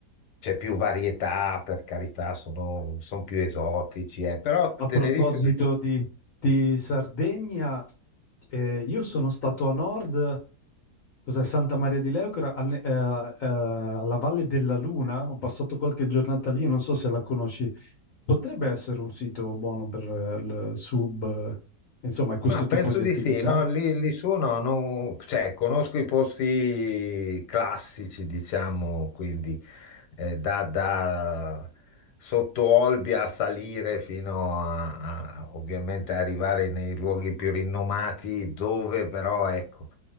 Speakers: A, on the left; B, on the left.
A: c'è più varietà, per carità, sono, sono più esotici, eh, però
B: A
A: Tenerife
B: proposito di, di Sardegna, eh, io sono stato a nord, cos'è Santa Maria di Leucra, al- ne- eh, eh, alla Valle della Luna, ho passato qualche giornata lì, non so se la conosci. Potrebbe essere un sito buono per eh, il sub, eh, insomma, questo
A: Ma penso
B: tipo di
A: di
B: attività.
A: sì, no, lì, lì su no, non- cioè, conosco i posti classici, diciamo, quindi eh, da, da sotto Olbia a salire fino a, a- ovviamente a arrivare nei luoghi più rinomati, dove però, ecco,